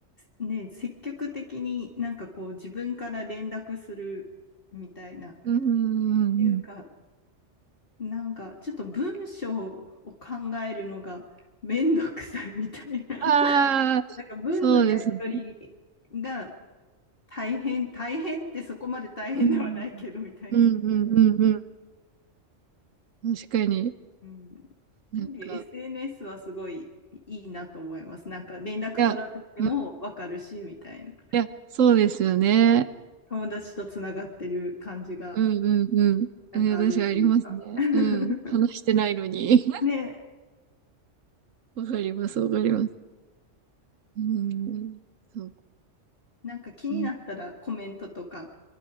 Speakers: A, on the left; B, on the right.
A: ね、積極的になんかこう自分から連絡するみたいな。っ
B: うんうんうんうん。
A: ていうか、なんかちょっと文章を考えるのがめんどくさいみたいな。なん
B: ああ、
A: か文のやり取
B: そうですね。
A: りが大変、大変ってそこまで大変ではないけどみたいな。
B: うん。うんうんうんうん。確かに。
A: うん。
B: なんか、
A: なんで SNS はすごいいいなと思います。なんか連絡取らなくてもわかるしみたいな。
B: いや、うんいや、そうですよね。
A: 友達とつながってる感じが
B: うんうんうん。
A: なんかあるっていうか。
B: えー、私はありますね。
A: <laughs>
B: うん。話してないのに。<laughs>
A: ね、
B: わかります、わかります。うん。そうか。
A: なんか気になったらコメントとか、
B: うん。